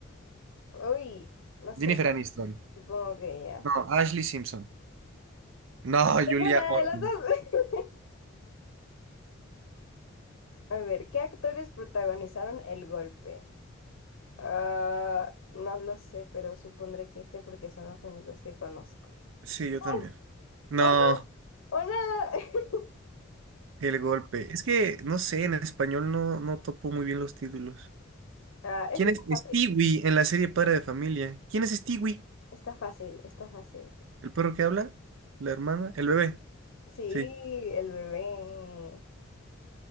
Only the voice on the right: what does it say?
Jennifer Aniston.
No, Ashley Simpson. No,
Julia
Orban.
Sí, yo también.
No,
el golpe. Es que, no sé, en español no, no topo muy bien los títulos.
¿Quién
es
Stewie en la serie Padre de Familia? ¿Quién es Stewie?
¿El perro que habla? ¿La hermana? ¿El bebé?
Sí.